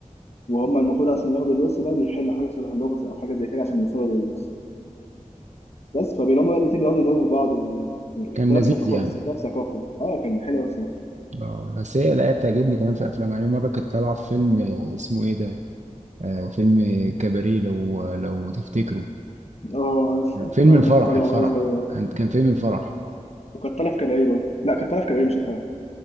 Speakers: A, on the left; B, on the right.
A: وهم المفروض عشان ياخدوا الورث ده بيحلوا حاجه شبه اللغز او حاجه زي كده عشان يوصلوا للورث بس فبيلاقوا بقى الاتنين بيقعدوا يداووا في بعض و... يعني
B: كان
A: اختلاف
B: لذيذ
A: ثقافة
B: يعني
A: اختلاف ثقافة اه كان حلو أوي الصراحة
B: اه بس هي لا هي بتعجبني كمان في افلام يعني مره كانت طالعه في فيلم آه، اسمه ايه ده آه فيلم كباريه لو لو تفتكروا
A: اه عارفه
B: لا، فيلم
A: اه
B: الفرح
A: كانت طالعة
B: الفرح
A: وهي صغيرة
B: كان كان فيلم الفرح
A: وكانت طالعة في كباريه برضه لا كانت طالعة في كباريه مش الفرح